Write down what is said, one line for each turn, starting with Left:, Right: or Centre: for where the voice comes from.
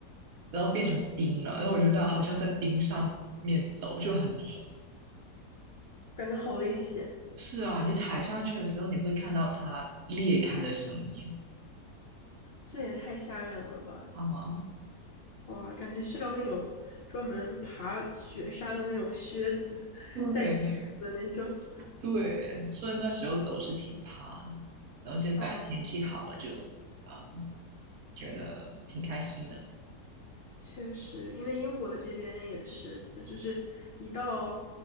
Right: 然后变成冰了，
Left: 嗯，
Right: 然后我就这样好像在冰上面走，就很滑。
Left: 感觉好危险，
Right: 是啊，你踩上去的时候，你会看到它裂开的声音
Left: 这也太吓人了吧！
Right: 啊。
Left: 哇，感觉需要那种专门爬雪山的那种靴子，
Right: 对，
Left: 带钉子的那种。<laughs>
Right: 对，所以那时候走是挺怕的，然后现在天气好了就，
Left: 嗯，
Right: 嗯，觉得挺开心的，
Left: 确实，因为英国这边也是，就是一到